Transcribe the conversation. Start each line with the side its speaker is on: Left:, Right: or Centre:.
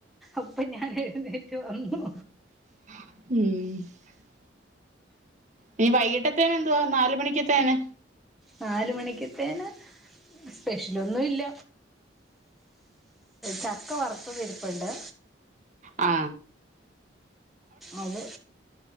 Centre: അപ്പൊ ഞാൻ എഴുന്നേറ്റ് വന്നു
Right: ഉം ഇനി വൈകിട്ടത്തെനു എന്തുവാ നാല് മണിക്കത്തേന്
Centre: നാല മണിക്കതേനു സ്പെഷ്യലൊന്നുമില്ല ചക്ക വറുത്തതിരിപ്പുണ്ട്
Right: ആ
Centre: അതെ